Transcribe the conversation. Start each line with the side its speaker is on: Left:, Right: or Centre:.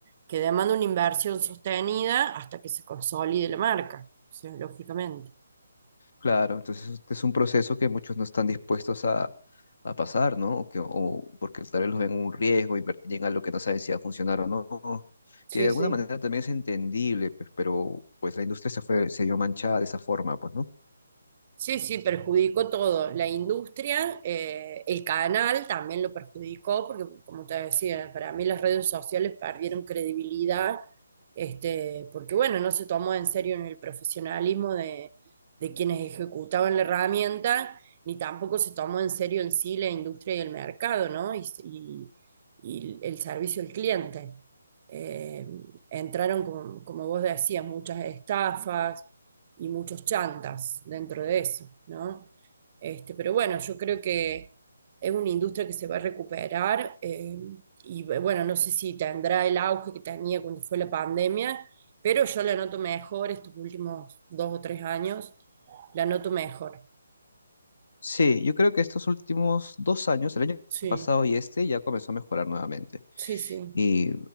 Right: que demanda una inversión sostenida hasta que se consolide la marca, o sea, lógicamente.
Left: Claro, entonces es es un proceso que muchos no están dispuestos a, a pasar, ¿no? O que, o porque tal vez los ven un riesgo y llegan a lo que no saben si va a funcionar o no.
Right: Sí,
Left: Que de alguna
Right: sí.
Left: manera también es entendible, pues, pero pues la industria se fue, se vio manchada de esa forma, pues, ¿no?
Right: Sí, sí, perjudicó todo. La industria, eh, el canal también lo perjudicó, porque como te decía, para mí las redes sociales perdieron credibilidad, este, porque bueno, no se tomó en serio en el profesionalismo de, de quienes ejecutaban la herramienta, ni tampoco se tomó en serio en sí la industria y el mercado, ¿no? Y, y- y el servicio al cliente. Eh, entraron, como, como vos decías, muchas estafas y muchos chantas dentro de eso, ¿no? Este, pero bueno, yo creo que es una industria que se va a recuperar eh, y bueno, no sé si tendrá el auge que tenía cuando fue la pandemia, pero yo la noto mejor estos últimos dos o tres años, la noto mejor.
Left: Sí, yo creo que estos últimos dos años, el año
Right: Sí,
Left: pasado y este, ya comenzó a mejorar nuevamente.
Right: sí, sí,
Left: Y